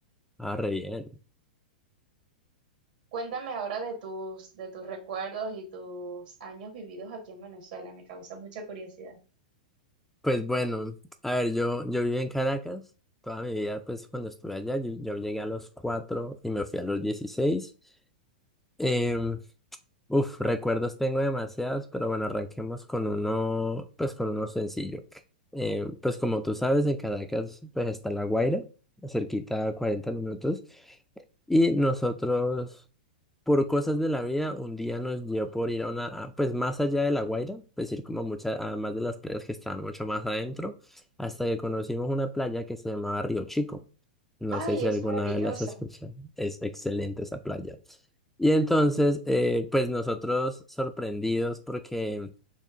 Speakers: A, in the centre; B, on the right.
A: ah, re bien.
B: Cuéntame ahora de tus, de tus recuerdos y tus años vividos aquí en Venezuela, me causa mucha curiosidad.
A: Pues bueno, a ver, yo, yo viví en Caracas toda mi vida, pues cuando estuve allá, yo, yo llegué a los 4 y me fui a los dieciséis Em, Uf, recuerdos tengo demasiados, pero bueno, arranquemos con uno, pues con uno sencillo. Eh, pues como tú sabes, en Caracas pues está La Guaira, cerquita a 40 minutos, y nosotros, por cosas de la vida, un día nos dio por ir a una, a- pues más allá de La Guaira, pues ir como a muchas, además de las playas que estaban mucho más adentro, hasta que conocimos una playa que se llamaba Río Chico. No
B: Ay,
A: sé si
B: es
A: alguna
B: maravilloso.
A: vez las has escuchado. Es excelente esa playa. Y entonces, eh, pues nosotros sorprendidos porque,